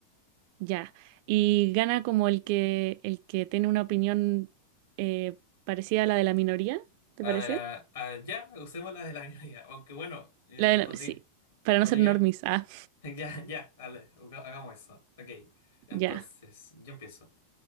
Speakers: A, on the right; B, on the left.
A: Ya. Y gana como el que el que tiene una opinión eh, parecida a la de la minoría, ¿te
B: La
A: parece?
B: de la, ah, ya, usemos la de la minoría. Aunque bueno, eh,
A: La de la,
B: podría,
A: sí, para
B: podría.
A: no ser normis.
B: <laughs>
A: Ah,
B: Ya, ya, dale, haga- hagamos eso. Ok, entonces,
A: ya,
B: yo empiezo.